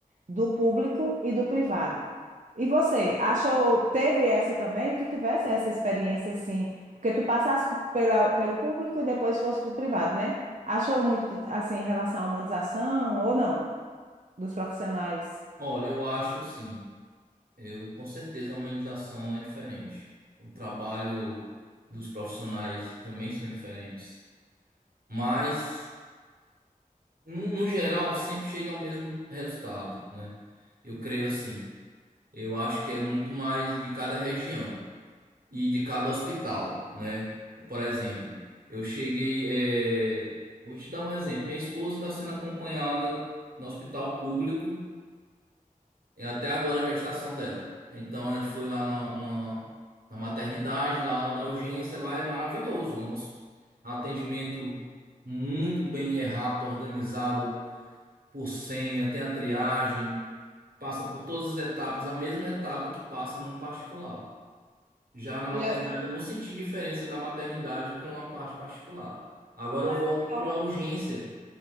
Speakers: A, on the right; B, on the right.
A: do público e do privado. E você, achou, teve essa também? Tu tivesse essa experiência assim, porque tu passasse co- pela, pelo público e depois fosse para o privado, né? Achou muito assim em relação à humanização ou não dos profissionais?
B: Olha, eu acho assim, eu com certeza a humanização é diferente. O trabalho dos profissionais também são diferentes. Mas, no, no geral, sempre chega ao mesmo resultado, né? Eu creio assim. Eu acho que é muito mais de cada região. e de cada hospital, né? Por exemplo, eu cheguei, é, vou te dar um exemplo. Minha esposa está sendo acompanhada no hospital público e até agora a gestação dela. Então a gente foi lá na, numa- na maternidade, lá da urgência, lá é maravilhoso. Um atendimento muito bem, é rápido, organizado por senha, tem a triagem, passa por todas as etapas, a mesma etapa que passa num particular. Já na maternidade,
A: Olha, eu-
B: eu não senti diferença da maternidade para uma parte particular. Agora
A: não
B: eu
A: é
B: volto
A: porque
B: para
A: eu
B: a urgência